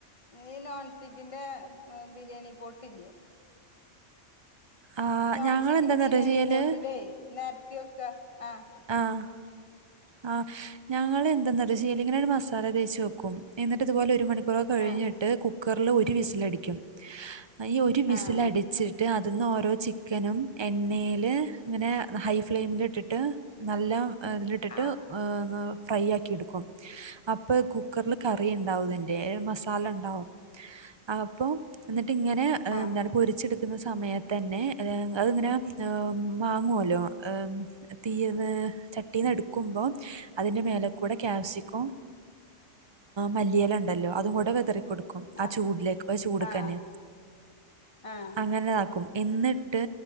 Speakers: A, on the left; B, on the right.
A: ഈ നോൺ സ്റ്റിക്കിന്റെ ബിരിയാണി പോട്ടില്ലേ
B: ആ
A: നോൺ
B: ഞങ്ങൾ
A: സ്റ്റിക്കിന്റെ
B: എന്താന്നറിയോ
A: ബിരിയാണി
B: ചെയ്യല്
A: പോട്ടിലേ നെര്ത്തി വെക്ക ആ
B: ആഹ് ആ ഞങ്ങളെന്തെന്ന ന്താചീയലിങ്ങനൺ മസാല തേച്ച് വക്കും എന്നിട്ട് ഇതുപോലെ ഒരു മണിക്കൂറക്കഴിഞ്ഞിട്ട്
A: ആഹ്
B: കു കുക്കർ ല് ഒരു വിസിലടിക്കും ഈ ഒരു വിസിലടിച്ചിട്ട്
A: ആഹ്
B: അതിന്ന് ഓരോ ചിക്കനും എണ്ണീല് ങ്ങനെ ഹൈ ഫ്ലെയിമിലിട്ടിട്ട് നല്ല തിലിട്ടിട്ട്
A: ആഹ്
B: ഫ്രൈ ആക്കിട്ക്കും അപ്പൊ കുക്കർല് കറി ണ്ടാവുതിന്റെ മസാല ണ്ടാവും അപ്പൊ ന്നട്ട് ങ്ങനെ
A: ആഹ്
B: ന്താണ് പൊരിച്ചെടുക്കുന്ന സമയ തന്നെ അത്ങ്ങനെ മാങ്ങോല്ലോ തീയ് ന്ന് ചട്ടീന്നെട്ക്കുമ്പോ അതിന്റെ മേല കൂടെ ക്യാപ്സിക്കോ മല്ലിയേല ണ്ടല്ലോ അതു കൂടെ വെതറിക്കൊടുക്കും ആ
A: ആഹ്
B: ചൂടിലേക്ക് ആ ചൂട്ക്കന്നെ
A: ആഹ് ആഹ്
B: അങ്ങനെതാക്കും എന്നിട്ട്